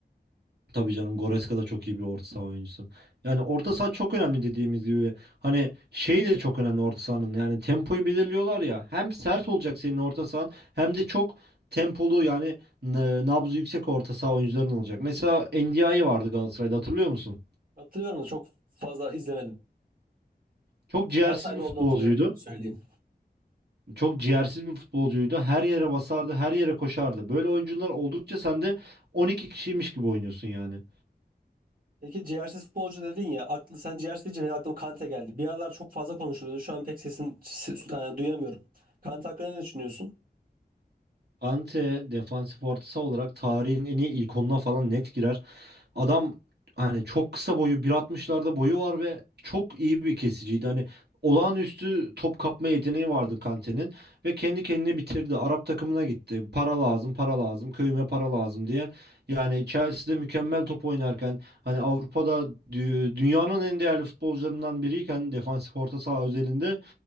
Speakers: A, on the right; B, on the right.
A: Tabii canım Goretzka da çok iyi bir orta saha oyuncusu. Yani orta saha çok önemli dediğimiz gibi. Hani şey de çok önemli orta sahanın. Yani tempoyu belirliyorlar ya. Hem sert olacak senin orta sahan hem de çok tempolu yani n- nabzı yüksek orta saha oyuncuların olacak. Mesela Ndiaye vardı Galatasaray'da hatırlıyor musun?
B: Hatırlıyorum da çok fazla izlemedim.
A: Çok ciğersiz
B: Yani Galatasaray'da
A: bir futbolcuydu.
B: olduğunu hatırlıyorum öyle söyleyeyim.
A: Çok ciğersiz bir futbolcuydu. Her yere basardı, her yere koşardı. Böyle oyuncular oldukça sen de 12 kişiymiş gibi oynuyorsun yani.
B: Peki ciğersiz futbolcu dedin ya. Aklı, sen ciğersiz deyince benim aklıma Kante geldi. Bir aralar çok fazla konuşuluyordu. Şu an pek sesini ses- yani duyamıyorum. Kante hakkında ne düşünüyorsun?
A: Ante defansif orta saha olarak tarihin en iyi ilk onuna falan net girer. Adam hani çok kısa boyu bir altmışlarda boyu var ve çok iyi bir kesiciydi. Hani olağanüstü top kapma yeteneği vardı Kante'nin ve kendi kendini bitirdi. Arap takımına gitti. Para lazım, para lazım, köyüme para lazım diye. Yani Chelsea'de mükemmel top oynarken hani Avrupa'da dü- dünyanın en değerli futbolcularından biriyken defansif orta saha özelinde